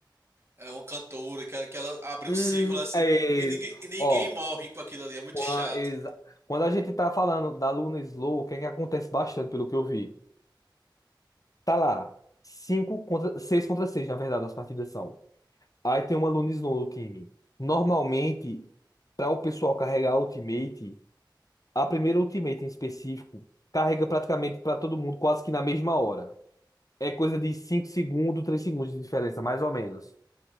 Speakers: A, on the right; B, on the left.
A: É uma cantora que ela, que ela abre
B: hum,
A: um círculo assim
B: é,
A: e ninguém, e ninguém
B: ó,
A: morre com aquilo ali. É muito
B: qua-
A: chato.
B: exa- quando a gente tá falando da Luna Slow, o que é que acontece bastante, pelo que eu vi? Tá lá, cinco contra, 6 contra 6 na verdade, as partidas são. Aí tem uma Luna Slow no time. Normalmente, para o pessoal carregar a Ultimate, a primeira Ultimate em específico, carrega praticamente para todo mundo quase que na mesma hora. É coisa de 5 segundos, 3 segundos de diferença, mais ou menos.